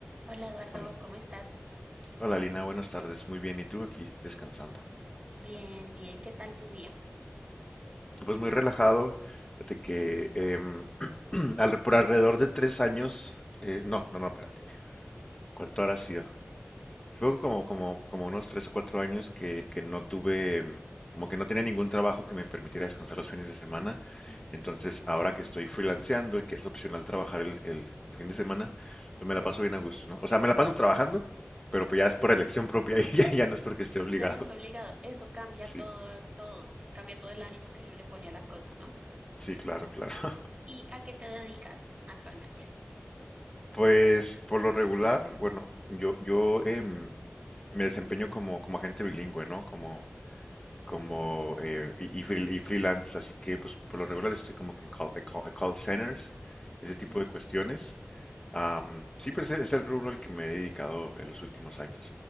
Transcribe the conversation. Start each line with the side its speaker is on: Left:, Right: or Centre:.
Right: Hola Eduardo,
Left: Hola.
Right: ¿cómo estás?
Left: Hola Lina, buenas tardes. Muy bien, ¿y tú aquí descansando?
Right: Bien, bien, ¿qué tal tu día?
Left: Pues muy relajado, de que em, <clears throat> al- por alrededor de tres años, eh, no, no, no, espérate, ¿cuánto habrá sido? Fueron como, como, como unos tres o cuatro años que, que no tuve, em, como que no tenía ningún trabajo que me permitiera descansar los fines de semana.
Right: Ujú,
Left: Entonces, ahora que estoy freelanceando y que es opcional trabajar el, el- el fin de semana, pues me la paso bien a gusto, ¿no? O sea, me la paso trabajando, pero pues ya es por elección
Right: ujú.
Left: propia <laughs> y ya, ya no es porque esté obligado.
Right: Ya no es obligado, eso cambia
Left: Sí.
Right: todo, todo, cambia todo el ánimo que uno le pone a la cosa, ¿no?
Left: Sí, claro, claro. <laughs>
Right: ¿Y a qué te dedicas actualmente?
Left: Pues por lo regular, bueno, yo, yo em, me desempeño como, como agente bilingüe, ¿no? Como, como eh, y, y freel- y freelance, así que pues por lo regular estoy como que en call, eh, call- eh, call centers, ese
Right: Ujú.
Left: tipo de cuestiones. Am, sí, pues es el rubro al que me he dedicado en los últimos años.